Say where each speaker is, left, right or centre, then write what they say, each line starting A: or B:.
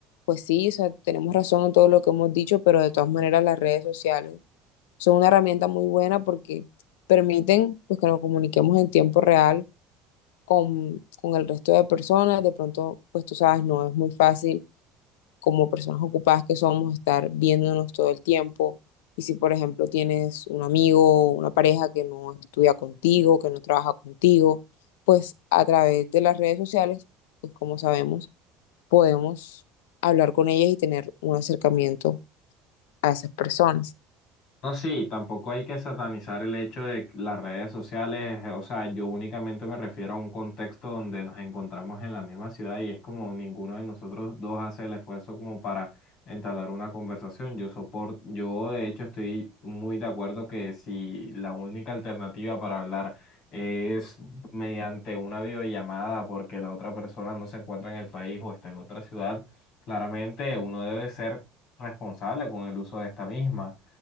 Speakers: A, on the left; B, on the left.
A: pues sí, o sea, tenemos razón en todo lo que hemos dicho, pero de todas maneras las redes sociales son una herramienta muy buena porque permiten pues, que nos comuniquemos en tiempo real con, con el resto de personas. De pronto, pues tú sabes, no es muy fácil como personas ocupadas que somos, estar viéndonos todo el tiempo. Y si, por ejemplo, tienes un amigo o una pareja que no estudia contigo, que no trabaja contigo, pues a través de las redes sociales, pues como sabemos, podemos hablar con ellas y tener un acercamiento a esas personas.
B: No, sí, tampoco hay que satanizar el hecho de que las redes sociales, eh, o sea, yo únicamente me refiero a un contexto donde nos encontramos en la misma ciudad y es como ninguno de nosotros dos hace el esfuerzo como para entablar una conversación. Yo soporto, yo de hecho estoy muy de acuerdo que si la única alternativa para hablar es mediante una videollamada porque la otra persona no se encuentra en el país o está en otra ciudad, claramente uno debe ser responsable con el uso de esta misma